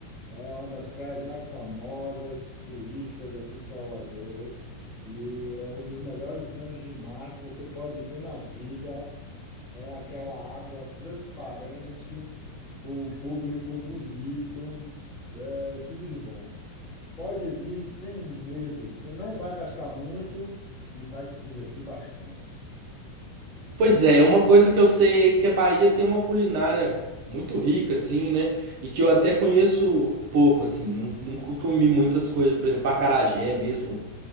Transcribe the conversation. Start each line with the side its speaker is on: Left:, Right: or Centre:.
Left: É uma das praias mais famosas, turísticas aqui de Salvador. E é um dos melhores banhos de mar que você pode ter na vida. É aquela água transparente, com o público bonito, é tudo de bom. Pode vir sem medo, você não vai gastar muito e vai se divertir bastante.
Right: Pois é, uma coisa que eu sei é que a Bahia tem uma culinária muito rica, assim, né? E que eu até conheço pouco, assim. nun- Nunca comi muitas coisas, por exemplo, acarajé mesmo.